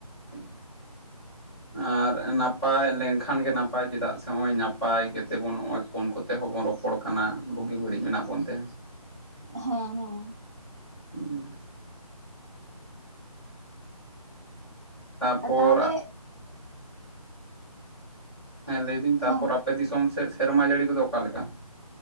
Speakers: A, in the centre; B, on the right (about 25°).
A: ᱩᱸ᱾
B: <inaudible>
A: ᱟᱨ ᱱᱟᱯᱟᱭ ᱞᱮᱝᱠᱷᱟᱱ ᱜᱮ ᱱᱟᱯᱟᱭ ᱪᱮᱫᱟᱜ ᱥᱮ ᱱᱚᱜᱼᱚᱭ ᱱᱟᱯᱟᱭ ᱜᱮᱛᱮᱵᱚᱱ ᱱᱚᱜᱼᱚᱭ ᱯᱷᱳᱱ ᱠᱚᱛᱮ ᱦᱚᱸ ᱵᱚᱱ ᱨᱚᱯᱚᱲ ᱠᱟᱱᱟ ᱵᱩᱜᱤ ᱵᱟᱹᱲᱤᱡ ᱢᱮᱱᱟᱜ ᱵᱚᱱ ᱛᱮ᱾
B: ᱦᱮᱸ ᱦᱮᱸ᱾
A: ᱦᱩᱸ᱾ ᱛᱟᱯᱚᱨ
B: ᱛᱟᱦᱚᱞᱮ
A: ᱦᱮᱸ ᱞᱟᱹᱭᱫᱟᱹᱧ ᱛᱟᱯᱚᱨ
B: ᱦᱮᱸ
A: ᱟᱯᱮ ᱫᱤᱥᱚᱢ ᱥᱮᱫ ᱥᱮᱨᱢᱟ ᱡᱟᱹᱲᱤ ᱠᱚᱫᱚ ᱚᱠᱟ ᱞᱮᱠᱟ?